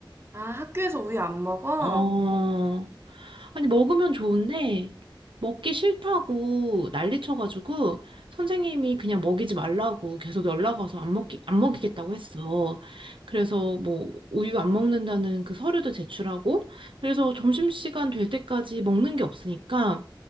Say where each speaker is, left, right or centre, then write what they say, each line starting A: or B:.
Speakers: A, on the right; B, on the right.
A: 아 학교에서 우유 안 먹어?
B: 어, 아니, 먹으면 좋은데, 먹기 싫다고 난리 쳐가지고, 선생님이 그냥 먹이지 말라고 계속 연락 와서 안 먹기, 안 먹이겠다고 했어. 그래서 뭐, 우유 안 먹는다는 그 서류도 제출하고, 그래서 점심시간 될 때까지 먹는 게 없으니까,